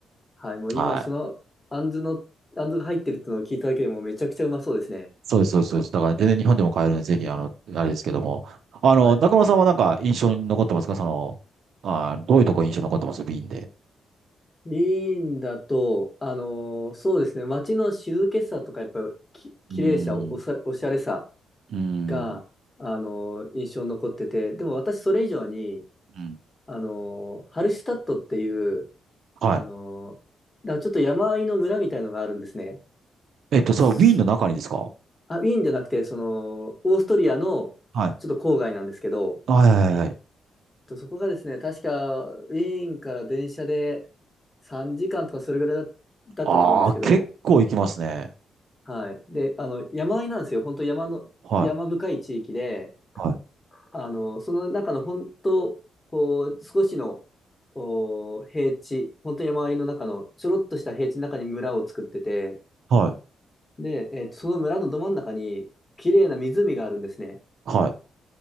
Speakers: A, on the left; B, on the right.
A: はい。もう今その、
B: はい。
A: あんずの、あんずが入ってるってのを聞いただけでもめちゃくちゃうまそうですね。
B: そうです、そうです、そうです。だから全然日本でも買えるんで、ぜひ、あの、あれですけども。あの、
A: はい。
B: 中村さんはなんか印象に残ってますかその、あー、どういうとこ印象に残ってますウーンで。
A: ウィーンだと、あのーそうですね、街の静けさとか、やっぱりき、綺麗さ、
B: うーん、
A: おさ、おしゃれさ、
B: うーん、
A: が、あの、印象に残ってて、でも私それ以上に、
B: うん。
A: あの、ハルシュタットっていう、
B: は
A: あの、だからちょっと山あいの村みたいのがあるんですね。
B: い。えっと、それはウィンの中にですかは
A: すあ、ウィーンじゃなくて、その、オーストリアのちょっと郊外なんですけど、
B: い。はいはいはい。
A: とそこがですね、確かウィーンから電車で3時間とかそれぐらいだ、だったと思うんですけど、
B: ああ、結構行きますね。
A: はい。で、あの、山あいなんですよ。本当山の、
B: はい、
A: 山深い地域で、
B: はい、
A: あの、その中の本当、こう、少しの、お、平地、本当に山あいの中の、ちょろっとした平地の中に村を作ってて、
B: はい、
A: で、えっと、その村のど真ん中に、綺麗な湖があるんですね。
B: はい、